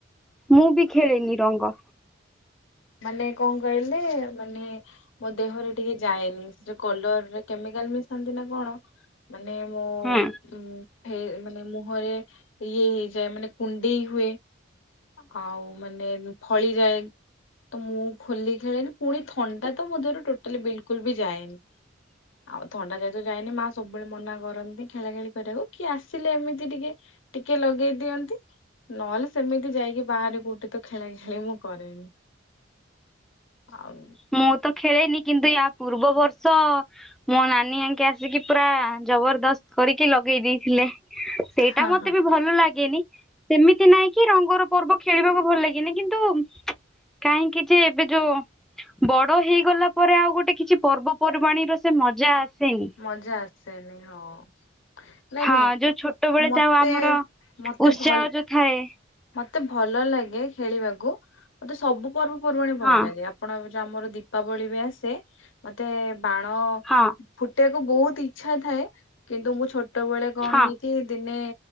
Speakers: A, in the centre; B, on the left.
A: ମୁଁ ବି ଖେଳିନି ରଙ୍ଗ।
B: ମାନେ କଣ କହିଲେ ମାନେ ମୋ ଦେହରେ ଟିକେ ଯାଏନି। ଯୋଉ କଲରରେ କେମିକାଲ ମିଶାନ୍ତି ନା କଣ ମାନେ ମୁଁ
A: ହୁଁ
B: ଉଁ ହେ ମାନେ ମୁହଁରେ ଇଏ ହେଇଯାଏ। ମାନେ କୁଣ୍ଡେଇ ହୁଏ। ଆଉ ମାନେ ଫଳି ଯାଏ। ତ ମୁଁ ହୋଲି ଖେଳେନି ପୁଣି ଥଣ୍ଡା ତ ମୋ ଦେହରୁ ଟୋଟାଲି ବିଲ୍ କୁଲ୍ ବି ଯାଏନି।
A: <inaudible>
B: ଆଉ ଥଣ୍ଡା ଯାହେତୁ ଯାଇନି ମା ସବୁବେଳେ ମନା କରନ୍ତି ଖେଳା ଖେଳି କରିବାକୁ କିଏ ଆସିଲେ ଏମିତି ଟିକେ ଟିକେ ଲଗେଇ ଦିଅନ୍ତି। ନହେଲେ ସେମିତି ଯାଇକି ବାହାରେ କୋଉଠି ତ ଖେଳା ଖେଳି ମୁଁ କରେନି। ଆଉ
A: ମୁଁ ତ ଖେଳେନି କିନ୍ତୁ ୟା ପୂର୍ବ ବର୍ଷ ମୋ ନାନୀ ଆଙ୍କେ ଆସିକି ପୁରା ଜବରଦସ୍ତ କରିକି ଲଗେଇ ଦେଇଥିଲେ। ସେଇଟା
B: ହଁ
A: ମତେ
B: ହଁ।
A: ବି ଭ ଭଲ ଲାଗେନି ସେମିତି ନାଇଁ କି ରଙ୍ଗର ପର୍ବ ଖେଳିବାକୁ ଭଲ ଲାଗେନି କିନ୍ତୁ କାହିଁକି ଯେ ଏବେ ଯୋଉ ବଡ ହେଇଗଲା ପରେ ଆଉ ଗୋଟେ କିଛି ପର୍ବପର୍ବାଣୀର ସେ ମଜା ଆସେନି।
B: ମଜା ଆସେନି ହଁ। ନାଇଁ
A: ହଁ
B: ନାଇଁ
A: ଯୋଉ ଛୋଟବେଳେ
B: ମତେ
A: ଯାଉ ଆମର
B: ମତେ
A: ଉତ୍ସାହ
B: ଭଲ
A: ଯୋଉଥାଏ।
B: ମତେ ଭଲ ଲାଗେ ଖେଳିବାକୁ ମତେ ସବୁ ପର୍ବପର୍ବାଣି ଭଲ
A: ହଁ
B: ଲାଗେ। ଆପଣଙ୍କ ଯୋଉ ଆମର ଦୀପାବଳି ବି ଆସେ ମୋତେ ବାଣ
A: ହଁ।
B: ଫୁଟେଇବାକୁ ବୋହୁତ ଇଚ୍ଛା ଥାଏ। କିନ୍ତୁ ମୁଁ ଛୋଟୋ ବେଳେ କଣ
A: ହଁ।
B: ହେଇଛି ଦିନେ